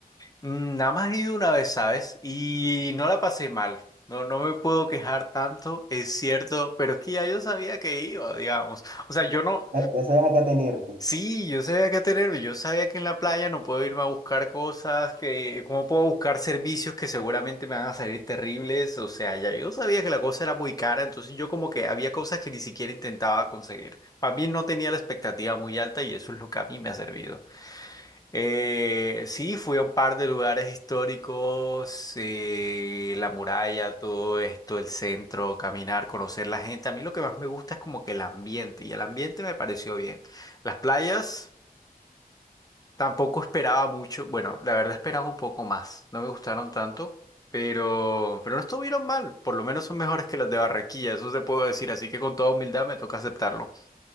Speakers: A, on the left; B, on the right.
A: Mm, Nada más he ido una vez, ¿sabes? Y no la pasé mal. No, no me puedo quejar tanto, es cierto, pero es que ya yo sabía que iba, digamos. O sea, yo no,
B: Eh, ya sabes a qué atenerte.
A: Sí, yo sabía que atenerme, yo sabía que en la playa no puedo irme a buscar cosas, que cómo puedo buscar servicios que seguramente me van a salir terribles, o sea, ya yo sabía que la cosa era muy cara, entonces yo como que había cosas que ni siquiera intentaba conseguir. Más bien no tenía la expectativa muy alta y eso es lo que a mí me ha servido. Eh, sí, fui a un par de lugares históricos, eh, la muralla, todo esto, el centro, caminar, conocer la gente. A mí lo que más me gusta es como que el ambiente, y el ambiente me pareció bien. Las playas tampoco esperaba mucho, bueno, la verdad esperaba un poco más, no me gustaron tanto, pero, pero no estuvieron mal, por lo menos son mejores que las de Barranquilla, eso se puedo decir, así que con toda humildad me toca aceptarlo.